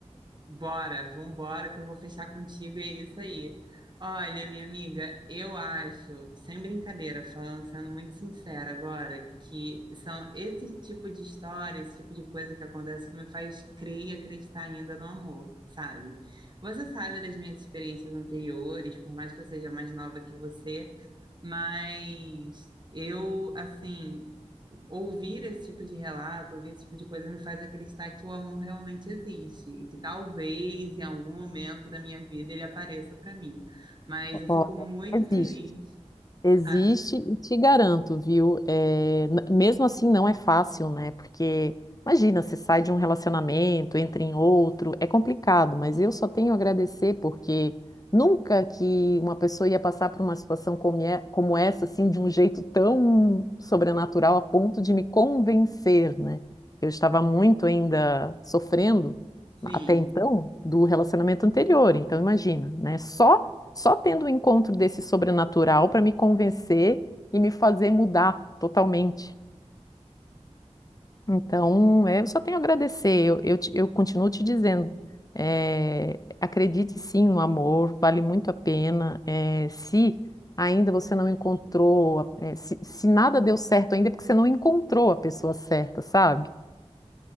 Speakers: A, on the right; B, on the left.
A: Bora, vambora, que eu vou fechar contigo, e é isso aí. Olha, minha amiga, eu acho, sem brincadeira, falando, sendo muito sincera agora, que são esse tipo de história, esse tipo de coisa que acontece que me faz crer e acreditar ainda no amor, sabe? Você sabe das minhas experiências anteriores, por mais que eu seja mais nova que você, mas eu, assim ouvir esse tipo de relato, ouvir esse tipo de coisa me faz acreditar que o amor realmente existe e que talvez em algum momento da minha vida ele apareça para mim. Mas eu
B: bora,
A: fico muito
B: existe.
A: feliz,
B: Existe
A: sabe?
B: e te garanto, viu? É, n- mesmo assim não é fácil, né? Porque imagina, você sai de um relacionamento, entra em outro, é complicado, mas eu só tenho a agradecer porque nunca que uma pessoa ia passar por uma situação como, é- como essa, assim, de um jeito tão sobrenatural a ponto de me convencer, né? Eu estava muito ainda sofrendo
A: Sim.
B: até então do relacionamento anterior, então imagina, né? Só só tendo o encontro desse sobrenatural para me convencer e me fazer mudar totalmente. Então, é, eu só tenho a agradecer. Eu, eu, te- eu continuo te dizendo, é, acredite sim no amor, vale muito a pena. É, se ainda você não encontrou, é, se, se nada deu certo ainda, é porque você não encontrou a pessoa certa, sabe?